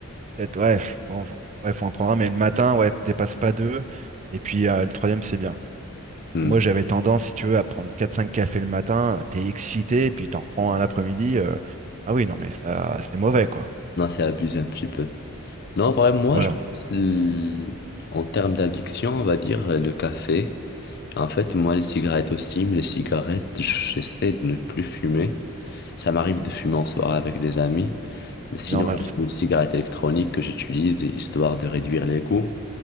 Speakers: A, on the right; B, on the left.
A: peut-être ouais, f- bon f- ouais, faut en prendre un mais le matin ouais, dépasse pas deux et puis euh, le troisième c'est bien.
B: Hmm.
A: Et moi, j'avais tendance, si tu veux, à prendre quatre cinq cafés le matin, t'es excité, puis t'en reprends un l'après-midi. euh, Ah oui, non, mais ça, c'est mauvais, quoi.
B: Non, c'est abusé un petit peu. Non, en vrai, moi,
A: Voilà,
B: je pense, l- en termes d'addiction, on va dire euh, le café. En fait, moi, les cigarettes aussi, mais les cigarettes, j'essaie de ne plus fumer. Ça m'arrive de fumer en soirée avec des amis. Mais sinon,
A: c'est normal,
B: j'ai
A: ça.
B: une cigarette électronique que j'utilise histoire de réduire les coûts.